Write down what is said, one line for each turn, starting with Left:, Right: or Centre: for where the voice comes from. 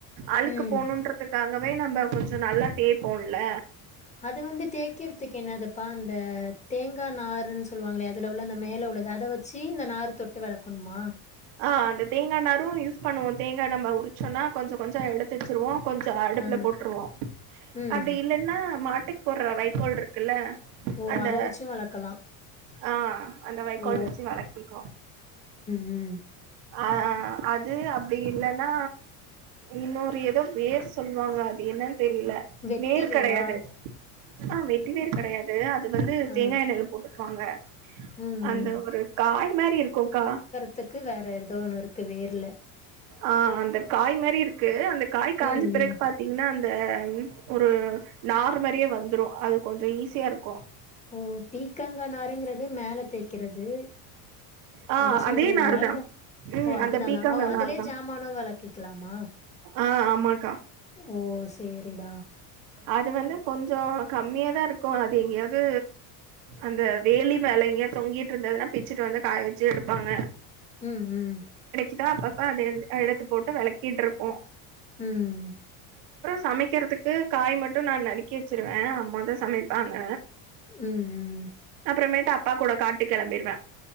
Right: அழுக்கு
Left: ம்
Right: போனுன்றத்துக்காக வே நம்ப கொஞ்சோ நல்லா தேய்ப்போம்ல
Left: அது வந்து தேய்கறதுக்கு என்னாது பா அந்த தேங்கா நார்ன்னு சொல்லுவாங்களே அதுல உள்ள அந்த மேலே உள்ளது அத வச்சு இந்த நார தொட்டு வெளக்கணுமா
Right: ஆ அந்த தேங்கா நாரு யூஸ் பண்ணுவோ தேங்கா நம்ப உரிச்சோம்னா கொஞ்சோ கொஞ்சோ எடுத்துவச்சிருவோ கொஞ்சோ அடுப்ல
Left: ஆ
Right: போட்டுருவோ
Left: ம்
Right: அப்டி இல்லைன்னா மா மாட்டுக்கு போட்ற வைகோல் இருக்குல்ல
Left: ஓ
Right: அந்த
Left: அத வச்சும் வெளக்கலா
Right: ஆ அந்த வைக்கோல்
Left: ஓ
Right: வச்சு வெலக்கிக்குவோ
Left: உம்
Right: அ அது அப்டி இல்லன்னா இன்னொரு ஏதோ வேர் சொல்லுவாங்க அது என்னன்னு தெரில
Left: வெட்டி
Right: வேர்
Left: வேரா
Right: கெடயாது ஆ வெட்டி வேர் கெடயாது அது வந்து
Left: ஆ
Right: தேங்காய் எண்ணெயில போட்டுருப்பாங்க
Left: ம்
Right: அந்த
Left: ம்
Right: ஒரு காய் மாரி இருக்குங்க்கா
Left: த்துக்கு வேற ஏதோ ஒன்னு இருக்கு வேர்ல
Right: ஆ அந்த காய் மாரி இருக்கு அந்த காய் காஞ்ச
Left: ம்
Right: பிறகு
Left: ம்
Right: பாத்தீங்கனா இந்த ஒரு நார்மறியே வந்துரு அது கொஞ்சோ ஈஸியா இருக்கு
Left: ஓ பீக்கங்கா நாருங்கிறது மேல தேக்கு
Right: ஆ
Left: அத சொல்றீங்களா
Right: அதே நாரு தா
Left: இல்ல
Right: ம்
Left: ஓ அதுதானா
Right: அந்த பீக்காங்கா
Left: அதுலயே
Right: நாரு தா
Left: ஜமானு வெளக்கிக்கலாமா
Right: ஆ ஆமாக்கா
Left: ஓ சேரிடா
Right: அது வந்து கொஞ்சோ கம்மியாதா இருக்கு அது எங்கேயாவது அந்த வேலி மேல எங்கேயோ தொங்கிட்டு இருந்ததுன்னா பிச்சுட்டு வந்து காய வச்சு எடுப்பாங்க
Left: உம் உம்
Right: இதா அப்பப்ப அத எடுத்து போட்டு வெளக்கிட்டு இருப்போ
Left: உம்
Right: சமைக்குறதுக்கு காய் மட்டு நா நறுக்கி வச்சிருவே அம்மாதா சமைப்பாங்க
Left: உம் உம்
Right: அப்ற மேட்டு அப்பா கூட காட்டுக்கு கெளம்பிடுவே